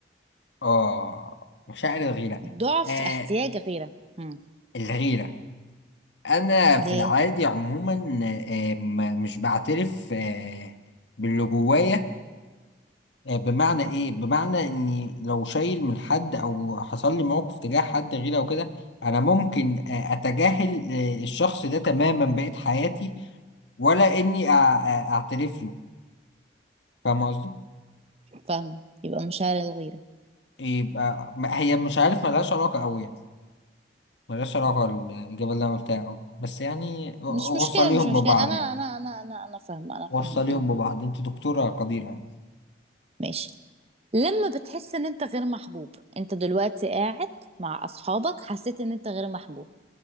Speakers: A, on the left (about 75°); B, on the right (about 35°).
A: اه مشاعر الغيرة
B: ضعف
A: آه
B: احتياج غيرة هم.
A: الغيرة انا في
B: دي
A: العادي عموما آه، م- مش بعترف آه، باللي جوايا آه، بمعنى ايه بمعنى اني لو شايل من حد او حصل لي موقف تجاه حد غيره او كده انا ممكن آه، اتجاهل آه، الشخص ده تماما بقية حياتي ولا اني أع- أع- اعترف له فاهم قصدي
B: فاهمة يبقى مشاعر الغيرة
A: يبقى ما- هي مش عارف ملهاش علاقة قوي يعني ملهاش علاقة الإجابة اللي أنا قلتها أوي بس يعني
B: مش مشكلة
A: وصليهم
B: مش مشكلة
A: ببعض
B: أنا
A: يعني
B: أنا أنا أنا أنا فاهمة أنا
A: وصليهم
B: فاهمة أنا
A: ببعض
B: فاهمة
A: أنت دكتورة قديرة يعني.
B: ماشي لما بتحس إن أنت غير محبوب أنت دلوقتي قاعد مع أصحابك حسيت إن أنت غير محبوب